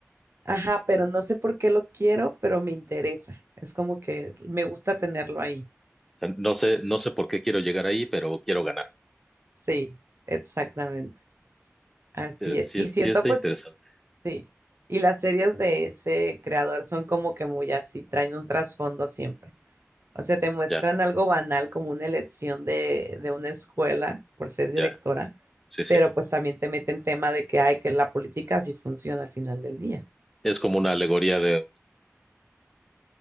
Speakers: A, on the right (about 55°); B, in the centre.
A: ajá, pero no sé por qué lo quiero, pero me interesa. Es como que me gusta tenerlo ahí.
B: O sea, no sé, no sé por qué quiero llegar ahí, pero quiero ganar.
A: Sí, exactamente. Así
B: Si
A: es.
B: sí,
A: Y
B: es-
A: siento
B: sí está
A: pues,
B: interesante.
A: sí. Y las series de ese creador son como que muy así, traen un trasfondo siempre. O sea, te muestran
B: Ya,
A: algo banal como una elección de, de una escuela por ser directora,
B: ya, sí, sí.
A: pero pues también te meten tema de que hay que la política así funciona al final del día.
B: Es como una alegoría de...